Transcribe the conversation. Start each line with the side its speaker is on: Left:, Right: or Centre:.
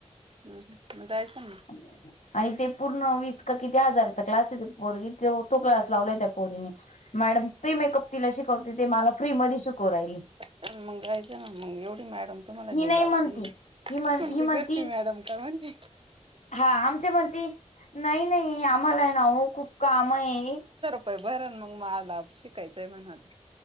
Right: हम मग जायचा ना!
Left: <inaudible> आणि ते पूर्ण वीस का किती हजारचा क्लास आहे पोरी तो क्लास लावलाय त्या पोरीने - मॅडम प्री मेकअप तिला शिकवते ते मला फ्री मध्ये शिकव राहिली!
Right: ना मग जायचं ना मग एवढी मॅडम तुम्हाला
Left: ही
Right: जीव
Left: नाही
Right: लावती
Left: म्हणती.
Right: - तुमच्या
Left: ही म्हण ही म्हणती
Right: घरची मॅडम का म्हणते?
Left: हा आमच्या मध्ये नाही नाही आम्हाला आहे ना ओ खूप काम आहे.
Right: व्हय बरय न मग मला शिकायचांय म्हणत.